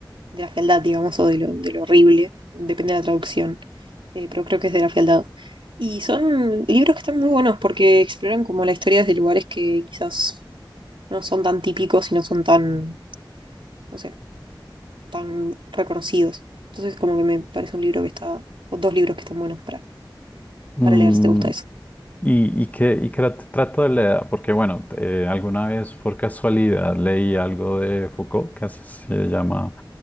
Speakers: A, on the right; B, on the left.
A: de la fealdad, digamos, o de lo, de lo horrible, depende de la traducción, eh, pero creo que es de la fealdad. Y son libros que están muy buenos porque exploran como la historia desde lugares que quizás no son tan típicos y no son tan, no sé, tan reconocidos. Entonces como que me parece un libro que está, o dos libros que están buenos para,
B: mm,
A: para leer si te gusta eso.
B: Y, y que, y que la- trato de leer, porque bueno, eh, alguna vez por casualidad leí algo de Foucault, que así se llama